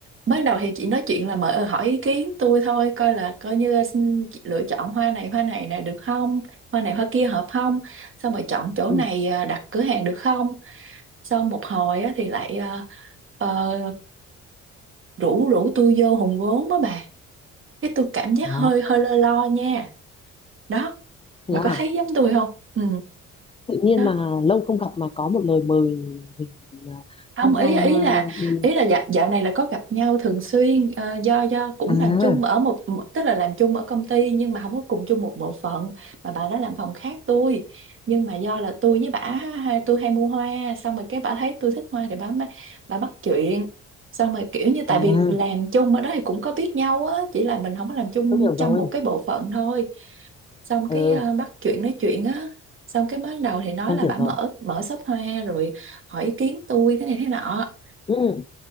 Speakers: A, on the right (about 45°); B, on the left (about 20°).
A: ban đầu thì chị nói chuyện là mở ờ, hỏi ý kiến tôi thôi coi là coi như là xin chị lựa chọn hoa này hoa này nè được không hoa này hoa kia hợp không xong rồi chọn chỗ
B: ừ.
A: này ờ, đặt cửa hàng được không xong một hồi á, thì lại ờ, ờ, rủ rủ tôi vô hùn vốn đó bà cái tôi cảm giác
B: Ờ,
A: hơi hơi lo lo nha đó
B: thế
A: bà có
B: à.
A: thấy giống tôi không ừ
B: Tự nhiên
A: đó
B: mà lâu không gặp mà có một lời mời mình à,
A: không
B: tham
A: ý
B: gia
A: ý là
B: ừ.
A: ý là dạo, dạo này là có gặp nhau thường xuyên ờ, do do cũng
B: À,
A: làm chung ở một tức là làm chung ở công ty nhưng mà không có cùng chung một bộ phận mà bà đó làm phòng khác tôi nhưng mà do là tôi với bả hai- tôi hay mua hoa xong rồi cái bả thấy tôi thích hoa thì bả mới- bả bắt chuyện xong rồi kiểu như tại
B: à,
A: vì làm chung ở đó thì cũng có biết nhau á chỉ là mình không có làm chung
B: tôi hiểu rồi.
A: trong một cái bộ phận thôi xong cái
B: Ừ,
A: ờ, bắt chuyện nói chuyện á xong cái mới đầu thì nói
B: tôi
A: là
B: hiểu
A: bả mở
B: rồi.
A: mở shop hoa rồi hỏi ý kiến tôi thế này thế nọ
B: Ừ.